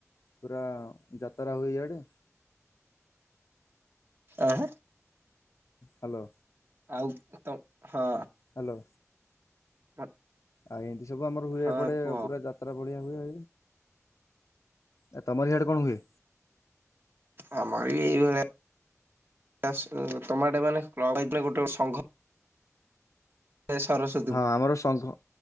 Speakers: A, on the left; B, on the right.
A: ପୁରା ଯାତାରା ହୁଏ ଇଆଡେ।
B: ଆଁ।
A: ହାଲୋ।
B: ଆଉ ତ- ହଁ।
A: ହାଲୋ।
B: <inaudible>
A: ଆଉ ଏମିତି ସବୁ ଆମର ହୁଏ
B: ହଁ
A: ଏପଟେ
B: କୁହ।
A: ପୁରା ଯାତ୍ ଯାତ୍ରା ବଢିଆ ହୁଏ ଆ- ତମର ଇଆଡେ କଣ ହୁଏ?
B: ଆମର ବି ଏଇଭଳିଆ <unintelligible> ମାନେ ଗୋଟେ ସଂଘ ସେ ସରସୁ
A: ହଁ ଆମର ସଂଘ